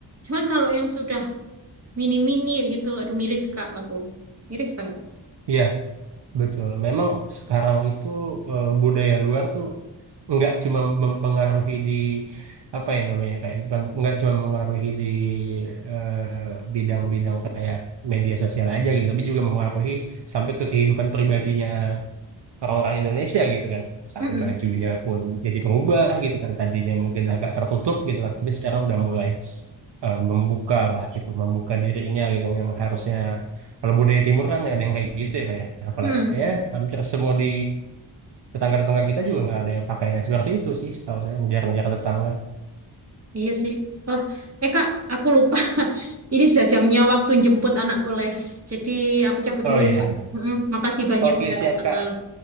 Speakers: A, on the right; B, on the right.
A: Cuman kalau yang sudah mini-mini gitu, aduh miris Kak aku. Miris banget.
B: Iya, betul. Memang sekarang itu eh, budaya luar tuh nggak cuma mempengaruhi di apa ya namanya kayak bukan nggak cuma mempengaruhi di eh, bidang-bidang kayak media sosial aja gitu tapi juga mempengaruhi sampai ke kehidupan pribadinya orang-orang Indonesia gitu kan sampai
A: Mm-mm.
B: bajunya pun jadi berubah gitu kan tadinya mungkin agak tertutup gitu kan tapi sekarang udah mulai eh, membuka lah gitu membuka dirinya gitu kan. yang harusnya kalau budaya timur kan ada yang kayak gitu ya kayak apalagi
A: Mm-mm.
B: ya hampir semua di tetangga-tetangga kita juga nggak ada yang pakainya seperti itu sih setahu saya ngejar-ngejar tetangga
A: Iya sih. Oh, eh Kak, aku lupa. <laughs> Ini sudah jamnya waktu jemput anakku les. Jadi aku cabut
B: oh
A: dulu,
B: iya
A: Kak. Mm-mm. makasih banyak
B: oke
A: udah
B: siap
A: eh,
B: kak